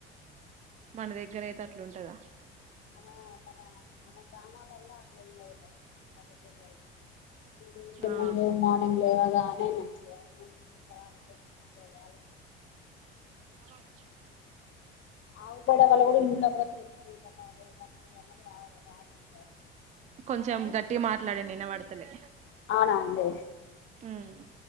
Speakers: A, on the right; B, on the left.
A: మన దగ్గర అయితే అట్లుంటదా
B: మన మన గ్రామాలలో అట్లా ఉండదు పల్రు ఇంకాంగ్
A: ఆ
B: ము మార్నింగ్ లో లేవగానే మంచిగా పూచ పరామత ముఖ వళ
A: అవాట్
B: ఆ బడల్ కూడా ఇ కూడా త బై మకు అనే రా రాదంటారు
A: కొంచెం గట్టిగా మాట్లాడండి వినబడ తలే
B: అవునా అడి
A: హామ్